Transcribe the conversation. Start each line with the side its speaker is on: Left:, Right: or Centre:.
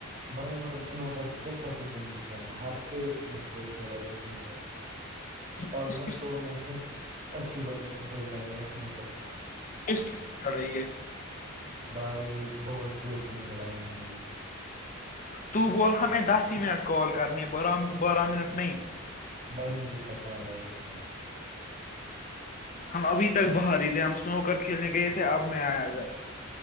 Right: بھائی مگر سنو کر کیا سب کچھ جن گسا ہے ہر ایک نے اسٹوری چڑھائی ہے سنو کر کی
Left: کس
Right: آلموسٹ
Left: کس
Right: سو میں سے اسی بندوں نے اسٹوری چڑھائی ہے سنو کر کی
Left: کس چز سے چھڑ رہی ہے
Right: بھائی بہت دوستوں نے چڑھائی ہے میری
Left: تو بول ہمیں دس ہی منٹ کال کرنی ہے بارہ بارہ منٹ نہیں
Right: بھائی مجھے پتا ہے بھائی پتہ ہے
Left: ہم ابھی تک باہر ہی تھے ہم سنو کر کھیلنے گئے تھے اب میں آیا ر